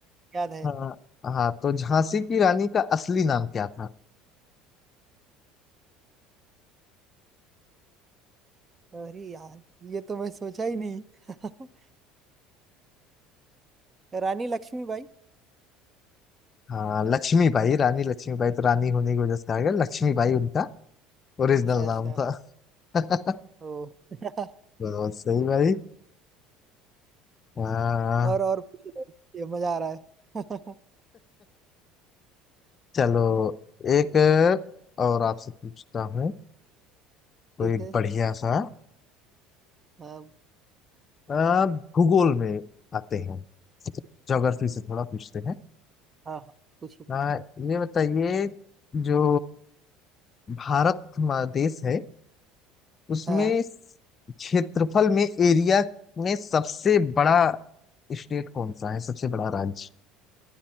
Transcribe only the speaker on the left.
हाँ हाँ तो झांसी की रानी का असली नाम क्या था
हाँ लक्ष्मीबाई रानी लक्ष्मीबाई तो रानी होने की वजह से आ गया लक्ष्मीबाई उनका ओरिजिनल
नाम था <laughs>
बहुत सही भाई हाँ
चलो एक और आपसे पूछता हूँ
कोई
बढ़िया सा
आ, भूगोल में आते हैं ज्योग्राफी से थोड़ा पूछते हैं
आ, ये बताइए जो भारत हमारा देश है उसमें
स- क्षेत्रफल में एरिया में सबसे बड़ा स्टेट कौन सा है सबसे बड़ा राज्य